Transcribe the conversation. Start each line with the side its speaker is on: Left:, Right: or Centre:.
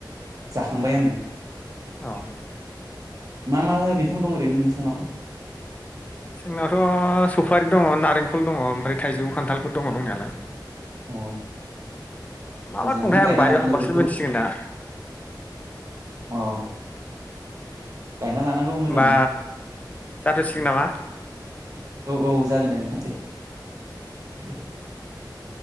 Right: जाखांबाय आङो।
Left: अ
Right: मा मा बिफां दं ओरैनो नोंसानाव?
Left: जोंनावथ सफारि दङ नारेंखल दङ ओमफ्राय थाइजौ खान्थालफोर दङ दंनायालाय।
Right: अ
Left: मा
Right: मोजाङानो
Left: मा दंथाय
Right: गायना
Left: आं बारियाव
Right: लानांगौ
Left: हाबासो
Right: बेफोरखौ
Left: मिथिसिगोन दा।
Right: अ गायना लानांगौ मोजाङानो
Left: होमबा जाथ'सिगोन
Right: दे
Left: नामा
Right: औ औ जागोन दे नोंथां दे। द <inaudible>